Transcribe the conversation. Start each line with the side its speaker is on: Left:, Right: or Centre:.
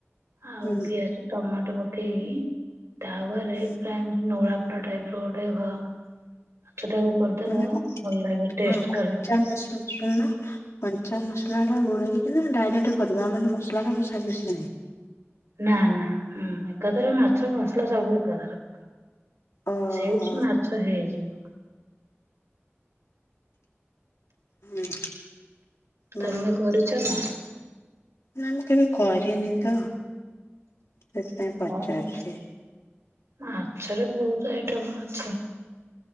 Right: ଆଉ
Left: ହୁଁ
Right: ପିଆଜ ଟମାଟ ପକେଇକି ତାୱାରେ
Left: ହୁଁ
Right: ପାୟ ନୋଳା ପୋଡା ଟାଇପର ଗୋଟେ ହ <unintelligible> କରିଦେବ
Left: ମାନେ କ
Right: ଭଲ ଲାଗେ ଟେଷ୍ଟ
Left: ହଁ
Right: କରିକି
Left: <unintelligible> ଶୁଣୁନ କଞ୍ଚା ମସଲାଟା ଗୋଳେଇକିନା ଡାଇରେକ୍ଟ କରିବ ଆଉ ମାନେ ମସଲାଟା କୋଷା କଷି ନାହିଁ।
Right: ନାଁ ନାଁ ହୁଁ ଏକାଥରେ ମାଛ ମସଲା ସବୁ ଏକାଥରେ।
Left: ଓହୋ
Right: ସେଇଠି ମାଛ ହେଇଯିବ
Left: ହୁଁ ମାନେ
Right: ତମେ କରୁଛ ନା
Left: ନା ମୁଁ କେବେ କରିନି ତ ସେଥିପାଇଁ ପଚାରୁଛି।
Right: ଓହୋ ମାଛରେ ବହୁତ ଆଇଟମ୍ ଅଛି